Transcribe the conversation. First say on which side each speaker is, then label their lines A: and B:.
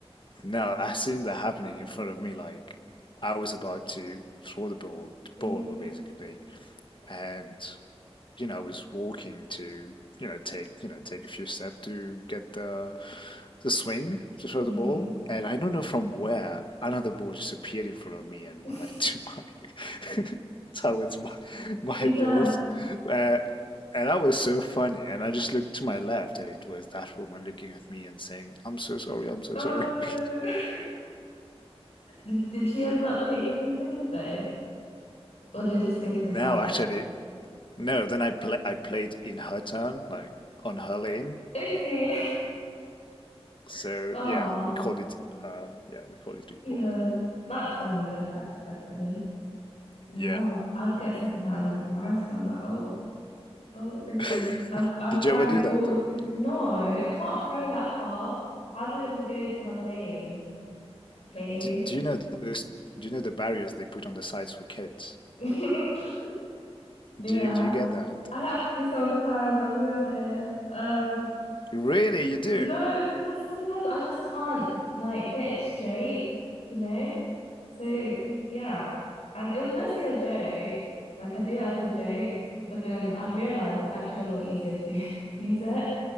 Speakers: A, on the left; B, on the left.
A: no, I seen that happening in front of me. Like I was about to throw the ball, the
B: Mm-hmm.
A: ball basically, and you know, I was walking to, you know, take, you know, take a few steps to get the the swing to throw
B: Mm-hmm.
A: the ball, and I don't know from where another ball just appeared in front of me and
B: <laughs>
A: <laughs> went to my <laughs> towards my my
B: Return.
A: balls. Uh, and that was so funny. And I just looked to my left, and it was that woman looking at me and saying, "I'm so sorry, I'm so
B: Oh
A: sorry."
B: no.
A: <laughs>
B: <laughs> Did did she end up hitting a few pins though? Or did it just go to the
A: No,
B: side?
A: actually, no. Then I play I played in her turn, like on her lane,
B: Okay.
A: So
B: <laughs> Oh.
A: yeah, we called it uh yeah, we called it equal.
B: Yeah, that's funny. That's actually quite funny. Wow,
A: Yeah.
B: I'd get secondhand embarrassment. I'm like, oh, oh, okay.
A: <laughs>
B: I'll I'll
A: Did
B: try
A: you ever
B: and
A: do
B: call.
A: that though?
B: No, I can't throw that far. How's it even gonna go to another lane? Okay.
A: Do, do you know this, do you know the barriers they put on the sites for kids?
B: <laughs> Yeah,
A: Do you do you get that?
B: I have to sometimes, I'll be honest. Um,
A: Really, you do?
B: No, because sometimes I just can't like get it straight, you know? So yeah. And it was mostly a joke. Like I do it as a joke, but then I've realized it's actually a lot easier to <laughs> use it,